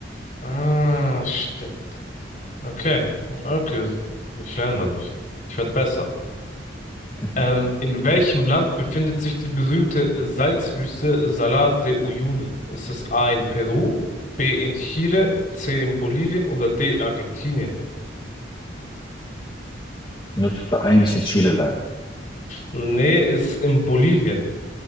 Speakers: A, on the left; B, on the left.
A: Ah, stimmt. Okay, okay. Ich lerne dadurch. Ich werde besser.
B: <laughs>
A: Ähm, in welchem Land befindet sich die berühmte Salzwüste Salar de Uyuni? Ist es A in Peru, B in Chile, C in Bolivien oder D in Argentinien?
B: Müsste eigentlich in Chile sein.
A: Nee, ist in Bolivien.